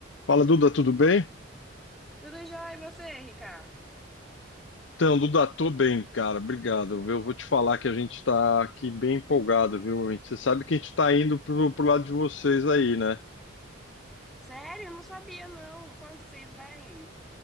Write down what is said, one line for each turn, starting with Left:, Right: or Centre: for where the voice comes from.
Left: Fala, Duda, tudo bem?
Centre: Tudo jóia, e você, Ricardo?
Left: Então, Duda, tô bem, cara, obrigado. Eu vou te falar que a gente tá aqui bem empolgado, viu? gente? Você sabe que a gente tá indo pro, pro lado de vocês aí, né?
Centre: Sério? eu Não sabia, não. Quando que vocês vêm?